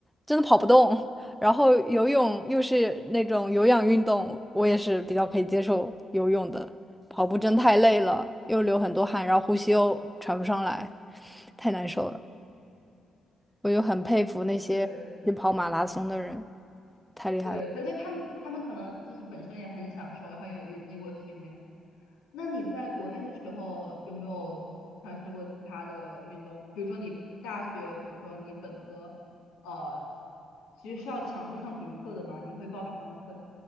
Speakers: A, in the centre; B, on the left.
A: 真的跑不动，然后游泳又是那种有氧运动，我也是比较可以接受游泳的。跑步真太累了，又流很多汗，然后呼吸又喘不上来，太难受了。我就很佩服那些去跑马拉松的人，
B: 对
A: 太厉害了。
B: 对，他他他们他们可能就是本身也很享受，然后也也经过训练。那你在国内的时候有没有尝试过其他的运动？比如说你大学，比如说你本科，呃，其实是要强制上体育课的嘛？你会报什么样的课程？